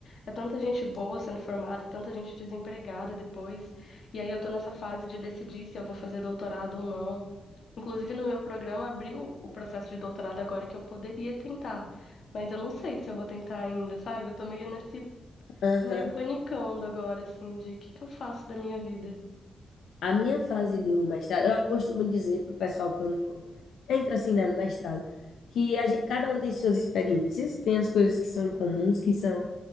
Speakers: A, on the left; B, on the left.
A: É tanta gente boa sendo formada e tanta gente desempregada depois. E aí eu tô nessa fase de decidir se eu vou fazer doutorado ou não. Inclusive no meu programa abriu o processo de doutorado agora que eu poderia tentar, mas eu não sei se eu vou tentar ainda, sabe? Eu tô meio nesse,
B: Aham.
A: tô meio panicando agora assim de o que que eu faço da minha vida.
B: A minha fase do mestrado, eu costumo dizer pro pessoal quando entra assim, né, no mestrado, que a gente, cada um tem suas experiências, tem as coisas que são comuns, que são